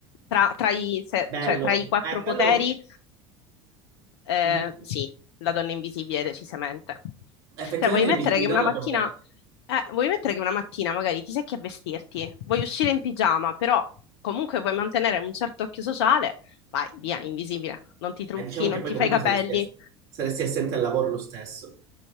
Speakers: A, on the left (about 65°); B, on the right (about 60°).
A: Tra, tra i, se-
B: Bello.
A: cioè, tra i quattro
B: Eh, quello...
A: poteri, eh,
B: Mhm.
A: sì, la donna invisibile decisamente.
B: Effettivamente
A: Cioè, vuoi mettere
B: l'invisibilità
A: che una
B: non l'abbiamo
A: mattina,
B: detto.
A: eh, vuoi mettere che una mattina magari ti secchi a vestirti, vuoi uscire in pigiama, però comunque vuoi mantenere un certo occhio sociale, vai via, invisibile. Non ti trucchi,
B: Eh, diciamo che
A: non
B: poi
A: ti
B: comunque
A: fai i capelli.
B: saresti, ass- saresti assente al lavoro lo stesso.